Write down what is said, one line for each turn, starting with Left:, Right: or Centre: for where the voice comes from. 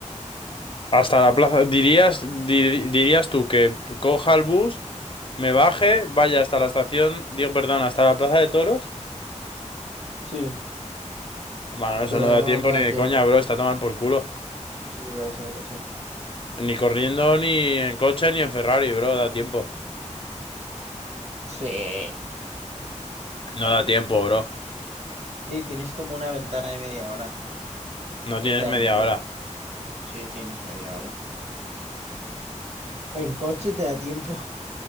Left: Hasta la plaza. ¿Dirías, dir- dirías tú que coja el bus, me baje, vaya hasta la estación, digo, perdón, hasta la plaza de toros?
Right: Sí,
Left: Bueno, eso
Right: pero
Left: no da
Right: no,
Left: tiempo
Right: no da
Left: ni de
Right: tiempo.
Left: coña, bro. Está a tomar por culo.
Right: Sí, lo sé, lo sé.
Left: Ni corriendo, ni en coche, ni en Ferrari, bro. Da tiempo.
Right: Sí.
Left: No da tiempo, bro.
Right: Sí, tienes como una ventana de media hora.
Left: No
Right: Ahí
Left: tienes
Right: te da
Left: media
Right: tiempo.
Left: hora.
Right: Sí, tienes media hora. En coche te da tiempo.